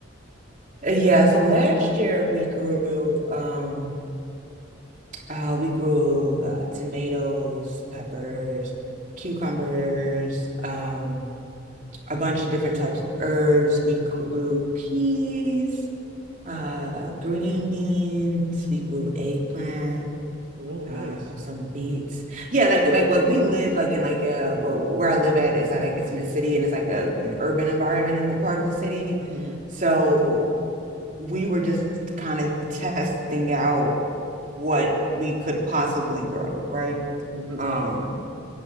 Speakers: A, on the right (about 40°); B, on the right (about 75°).
A: uh, yeah, so last year we grew um uh we grew uh, tomatoes, peppers, cucumbers, um a bunch of different types of herbs. We grew
B: Nice.
A: peas, uh green beans, we grew eggplant.
B: Oh, nice.
A: Uh, some beats. Yeah, like like what we live like in like uh wh- where I live at is like it's in a city and it's like a an urban environment in the part of the city.
B: Mhm,
A: So we were just kind of testing out what we could possibly grow, right?
B: mhm.
A: Um,